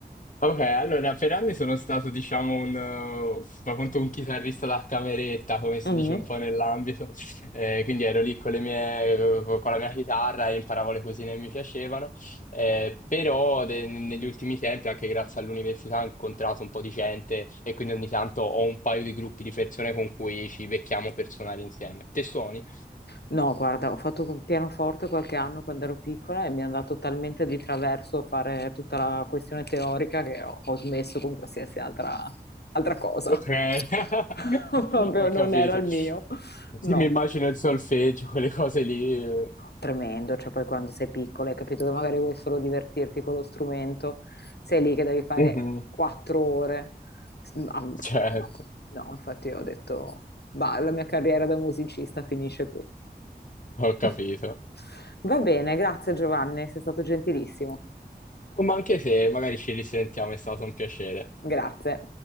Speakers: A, on the left (about 50°); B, on the left (about 75°).
A: Ok, allora per anni sono stato, diciamo, un, eh, fa conto un chitarrista da cameretta, come si
B: Mm.
A: dice un po' nell'ambito. Eh, quindi ero lì con le mie, con la mia chitarra e imparavo le cosine che mi piacevano. Eh, però de- negli ultimi tempi, anche grazie all'università, ho incontrato un po' di gente e quindi ogni tanto ho un paio di gruppi di persone con cui ci becchiamo per suonare insieme. Te suoni?
B: No, guarda, ho fatto il pianoforte qualche anno quando ero piccola e mi è andato talmente di traverso a fare tutta la questione teorica che ho, ho smesso con qualsiasi altra, altra cosa.
A: Ok,
B: <laughs>
A: <laughs>
B: Proprio
A: ho
B: non
A: capito.
B: era il mio.
A: Sì,
B: No.
A: mi immagino il solfeggio, quelle cose lì. eh.
B: Tremendo, cioè poi quando sei piccolo hai capito che magari vuoi solo divertirti con lo strumento, sei lì che devi fare
A: Mhm.
B: quattro ore. S- ah,
A: <laughs> Certo,
B: No, no, infatti io ho detto, bah, la mia carriera da musicista finisce qui.
A: ho
B: <laughs>
A: capito.
B: Va bene, grazie Giovanni, sei stato gentilissimo.
A: Ma anche se magari ci risentiamo, è stato un piacere.
B: Grazie.